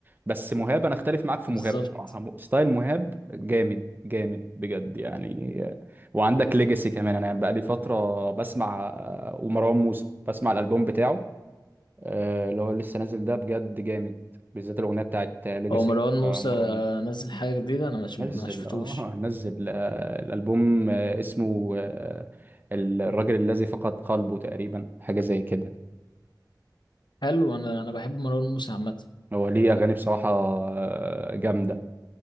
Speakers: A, on the right; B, on the left.
A: بس مهاب انا اختلف معاك في
B: بالظبط
A: مهاب بصراحه م- ستايل مهاب جامد جامد بجد يعني آه، وعندك ليجاسي كمان انا بقى لي فتره بسمع آه، ومروان موسى بسمع الالبوم بتاعه آه، اللي هو لسه نازل ده بجد جامد بالذات الاغنيه بتاعت ليجاسي
B: هو مروان موسى
A: مروان موسى
B: نزل حاجة جديدة أنا مش
A: نزل
B: ما شفتوش
A: اه نزل آه، الالبوم آه، اسمه آه، الراجل الذي فقد قلبه تقريبا حاجه زي كده
B: حلو أنا أنا بحب مروان موسى عامة
A: هو ليه اغاني بصراحه آه، جامده